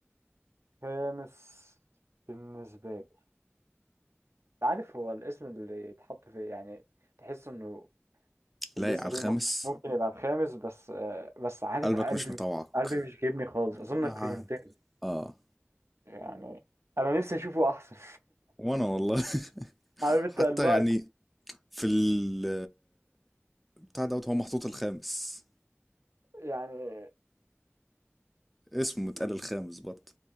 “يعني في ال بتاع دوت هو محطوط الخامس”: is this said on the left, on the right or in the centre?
Centre